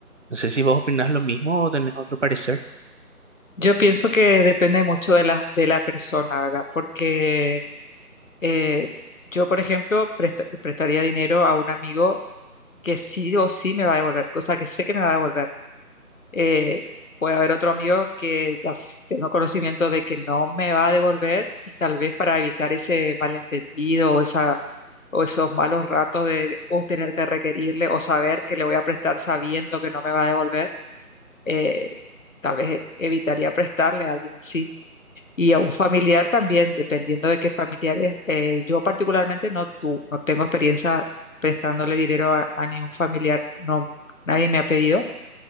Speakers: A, on the right; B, on the left.
A: No sé si vos opinás lo mismo o tenés otro parecer.
B: Yo pienso que depende mucho de la, de la persona, ¿verdad? Porque eh, yo, por ejemplo, presta- le prestaría dinero a un amigo que sí o sí me va a devolver, cosa que sé que me va a devolver. Eh, puede haber otro amigo que ya s- tengo conocimiento de que no me va a devolver y tal vez para evitar ese malentendido o, esa, o esos malos ratos de de- o tener que requerirle o saber que le voy a prestar sabiendo que no me va a devolver, eh, tal vez e- evitaría prestarle a alguien así. Y a un familiar también, dependiendo de qué familiares. eh, yo particularmente no, tu- no tengo experiencia prestándole dinero a, a ningún familiar, no, nadie me ha pedido